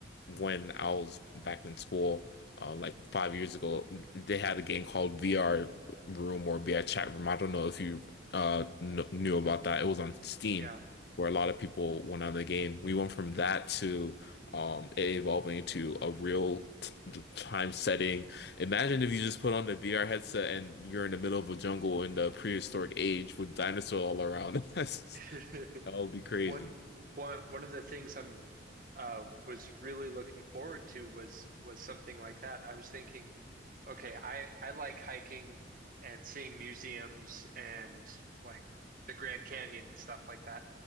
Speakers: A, on the left; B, on the right.
A: when I was back in school. Uh, like five years ago, they had a game called VR Room or VR Chat Room. I don't know if you uh kn knew
B: hmm
A: about that. It was on Steam,
B: Yeah.
A: where a lot of people went on the game. We went from that to um it evolving into a real t time setting. Imagine if you just put on the VR headset and you're in the middle of a jungle in the prehistoric age with dinosaurs all around. <laughs> That's
B: <laughs>
A: that would be crazy.
B: One one one of the things I'm uh was really looking forward to was was something like that. I was thinking, okay, I I like hiking and seeing museums and like the Grand Canyon and stuff like that,